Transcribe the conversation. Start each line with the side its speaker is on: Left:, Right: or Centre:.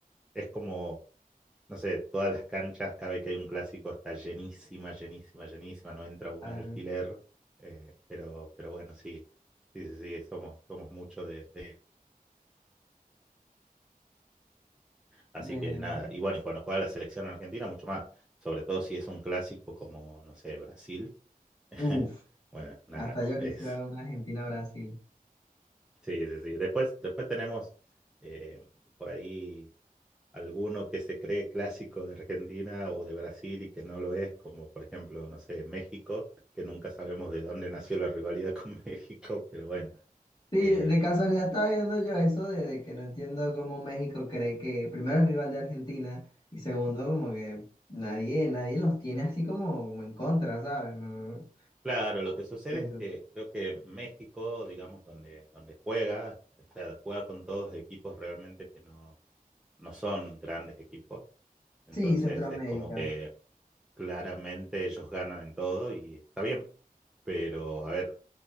Centre: es como, no sé, todas las canchas, cada vez que hay un clásico está llenísima, llenísima, llenísima. No entra un
Left: Ah,
Centre: alfiler. eh, pero, pero bueno, sí, sí, sí, sí, somos, somos mucho de, de Así
Left: De...
Centre: que nada, y bueno, y cuando juega la selección argentina, mucho más. Sobre todo si es un clásico como, no sé, Brasil. <laughs>
Left: Uf,
Centre: Bueno, nada,
Left: hasta yo
Centre: es.
Left: quisiera ver una Argentina-Brasil.
Centre: Sí, sí, sí. Después, después tenemos eh, por ahí alguno que se cree clásico de Argentina o de Brasil y que no lo es, como por ejemplo, no sé, México, que nunca sabemos de dónde nació la rivalidad con <laughs> México, pero bueno.
Left: Sí,
Centre: eh,
Left: de casualidad estaba viendo yo eso de, de que no entiendo cómo México cree que primero es rival de Argentina y segundo como que nadie, nadie los tiene así como, como en contra, ¿sabes? No,
Centre: Claro, lo que sucede
Left: eso.
Centre: es que creo que México, digamos, donde, donde juega, o sea, juega con todos equipos realmente que no, no son grandes equipos. Entonces
Left: Sí, Centroamérica.
Centre: es como que claramente ellos ganan en todo y está bien. Pero, a ver,